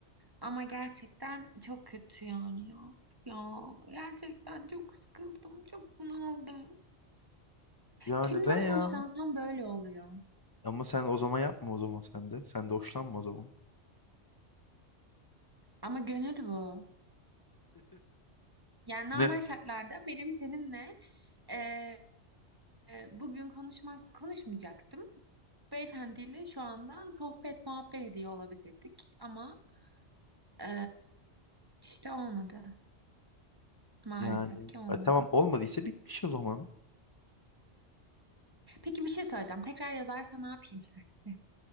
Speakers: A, on the right; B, on the left.
A: Ama gerçekten çok kötü yani ya. Ya gerçekten çok sıkıldım, çok bunaldım.
B: Ya
A: Kimden
B: neden ya?
A: hoşlansam böyle oluyor.
B: Ama sen o zaman yapma o zaman sen de. Sen de hoşlanma o zaman.
A: Ama gönül bu. Yani normal
B: Ne?
A: şartlarda benim seninle e, e, bugün konuşmak konuşmayacaktım. Beyefendiyle şu anda sohbet muhabbet ediyor olabilirdik ama e, işte olmadı. Maalesef
B: Yani
A: ki olmadı.
B: e, tamam olmadıysa bitmiş o zaman.
A: Peki bir şey söyleyeceğim. Tekrar yazarsa ne yapayım <laughs> sence?